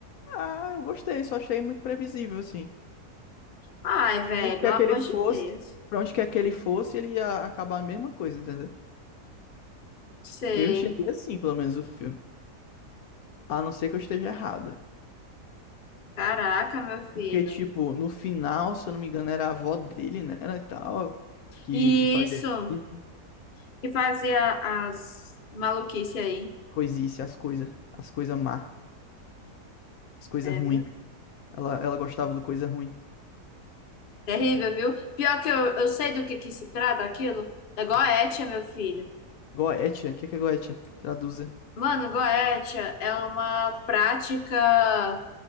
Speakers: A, on the left; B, on the left.
A: Ah, eu gostei, só achei muito previsível, assim.
B: Ai, velho,
A: Onde quer
B: pelo amor
A: que ele fosse,
B: de Deus.
A: pra onde quer que ele fosse, ele ia acabar a mesma coisa, entendeu?
B: Sei.
A: Eu enxerguei assim, pelo menos, o filme. A não ser que eu esteja errada.
B: Caraca, meu filho.
A: Porque, tipo, no final, se eu não me engano, era a avó dele, né? E tal, que,
B: E
A: que fazia
B: isso
A: isso,
B: que fazia as maluquices aí.
A: coisice, as coisas, as coisas má, as coisas
B: É,
A: ruins.
B: viu?
A: Ela, ela gostava do coisa ruim.
B: Terrível, viu? Pior que eu, eu sei do que que se trata aquilo. É goétia, meu filho.
A: Goetia, o que que é Goetia? Traduza.
B: Mano, goétia é uma prática